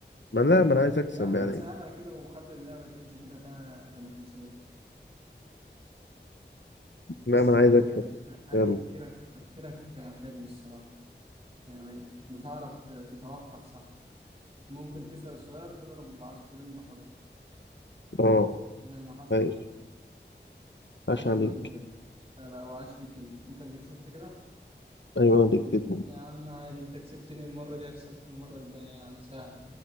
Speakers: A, on the left (about 75°); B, on the right (about 30°).
A: ما لا ما انا عايز اكسب
B: يا عم
A: يعني
B: تسهلها كده وخلي اللعبة تمشي كده فيها تنافسية
A: لا
B: بس
A: ما انا
B: عاش
A: عايز اكسب
B: عاش عاش
A: يلا
B: تفكيرك تفكيرك حلو الصراحة يعني بتعرف ت- تتوقع صح ممكن تسأل سؤال تضرب بعصفورين بحجر
A: اه
B: زي ما حصل
A: عايش
B: كده عاش
A: عاش عليك
B: ليك بجد لا لا وعاش ليك انت انت اللي كسبت كده
A: ايوه انا ديكتاتور
B: يا عم عادي انت كسبتني المرة دي اكسبك المرة الجاية يعني سهل